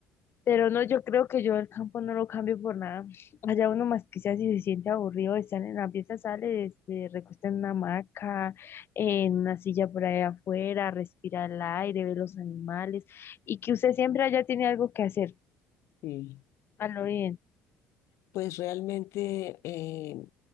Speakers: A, on the left (about 50°); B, on the left (about 65°).
A: Pero no, yo creo que yo el campo no lo cambio por nada. Allá uno más quizás si se siente aburrido de estar en la pieza, sale, se recuesta en una hamaca, en una silla por ahí afuera, respira el aire, ve los animales y que usted siempre allá tiene algo que hacer.
B: sí
A: A lo bien.
B: pues realmente eh,